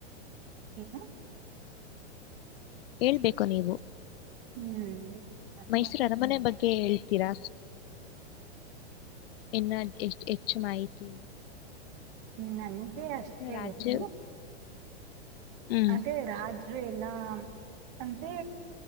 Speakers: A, on the right; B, on the left.
A: ಏನು
B: ಹೇಳ್ಬೇಕು ನೀವು
A: ಹ್ಮ್ ಮತ್ತೆ
B: ಮೈಸೂರ ಅರ ಮನೆ ಬನ್ ಗೆ ಹೇಳ್ತೀರಾ ಇನ್ನ ಎಷ್ಟ ಹೆಚ್ಚು ಮಾಹಿ ತಿ
A: ಹ್ಮ್ <unintelligible> ಕೆ ಅಷ್ಟೇ
B: ರಾಜ್ಯ
A: ಗೊತ್ತು
B: ಹ್ಮ್
A: ಅದೇ ರಾಜ್ ಅಂದ್ರೆ ಯಲ್ಲ ಅಂದ್ರೆ